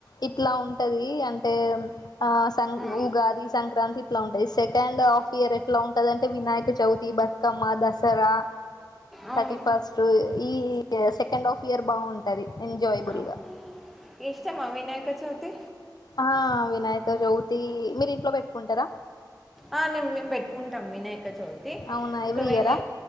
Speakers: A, on the left; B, in the centre.
A: ఇట్లా ఉంటది అంటే ఆ సంగ్
B: ఉమ్.
A: ఉగాది సంక్రాంతి ఇట్లా ఉంటది. సెకండ్ హాఫ్ ఇయర్ ఎట్లా ఉంటదంటే వినాయక చవితి, బత్ కమ్మ, దసరా,
B: అవును
A: థర్టీ ఫస్ట్ ఈ సెకండ్ హాఫ్ ఇయర్ బావుంట్ ఎంజాయబుల్
B: అవును
A: గా
B: ఇష్టమా వినాయక చవితి?
A: ఆ వినాయక చవితీ మీరు ఇంట్లో పెట్టుకుంటరా?
B: ఆ నేన్ మేమ్ బెట్టుకుంటం వినాయక చవితి
A: అవునా
B: ఒకవేళ
A: ఎవ్రీ ఇయరా